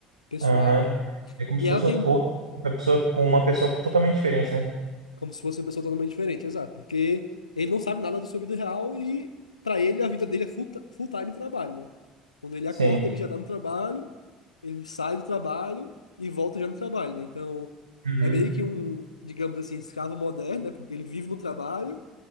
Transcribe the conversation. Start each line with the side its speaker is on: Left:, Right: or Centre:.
Left: pessoal.
Right: Aham. É como
Left: E
Right: se fosse
Left: ela tem
Right: out- outra pessoa com uma pessoa totalmente diferente, né?
Left: como se fosse uma pessoa totalmente diferente, exato, porque ele não sabe nada da sua vida real e para ele a vida dele é full, full time trabalho, né? Quando ele
Right: Sim.
Left: acorda, ele já tá no trabalho, ele sai do trabalho e volta já no trabalho, né? Então,
Right: Uhum.
Left: é meio que um, digamos assim, escravo moderno, né? Porque ele vive no trabalho